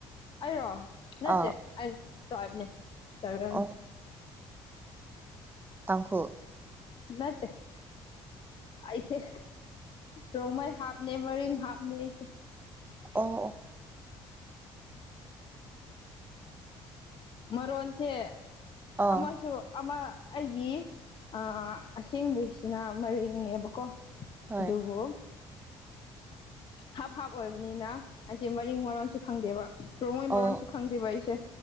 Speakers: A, on the left; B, on the right.
A: ꯑꯩꯔꯣ ꯅꯠꯇꯦ
B: ꯑꯥ
A: ꯑꯩ ꯇ꯭ꯔꯥꯏꯕꯅꯦ ꯇ꯭ꯔꯥꯏꯕꯦꯜ
B: ꯑꯣ ꯇꯥꯡꯈꯨꯜ
A: ꯅꯠꯇꯦ ꯑꯩꯁꯦ ꯔꯣꯡꯃꯩ ꯍꯥꯞꯅꯦ ꯃꯔꯤꯡ ꯍꯥꯞꯅꯦ ꯑꯩꯁꯦ
B: ꯑꯣ ꯑꫭ
A: ꯃꯔꯣꯟꯁꯦ
B: ꯑꯥ
A: ꯑꯃꯁꯨ ꯑꯃ ꯑꯩꯒꯤ ꯑꯥ ꯑꯁꯦꯡꯕꯩꯁꯤꯅ ꯃꯔꯤꯡꯅꯦꯕꯀꯣ
B: ꯍꯣꯏ
A: ꯑꯗꯨꯕꯨ ꯍꯥꯞ ꯍꯥꯞ ꯑꯣꯏꯕꯅꯤꯅ ꯑꯩꯁꯦ ꯃꯔꯤꯡ ꯃꯔꯣꯟꯁꯨ ꯈꯪꯗꯦꯕ ꯄꯣꯉꯣꯏ
B: ꯑꯣ
A: ꯃꯔꯣꯟꯁꯨ ꯈꯪꯗꯦꯕ ꯑꯩꯁꯦ